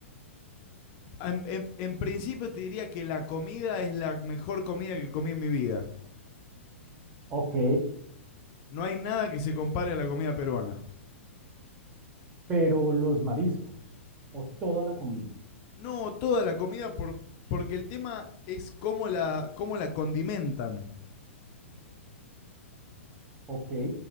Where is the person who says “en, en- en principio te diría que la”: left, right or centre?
Left